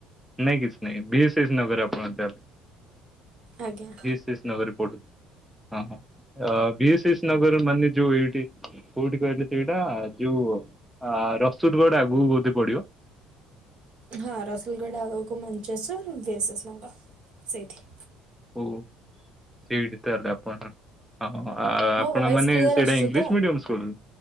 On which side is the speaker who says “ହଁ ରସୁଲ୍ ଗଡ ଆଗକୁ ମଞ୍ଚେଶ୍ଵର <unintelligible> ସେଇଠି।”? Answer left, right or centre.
Right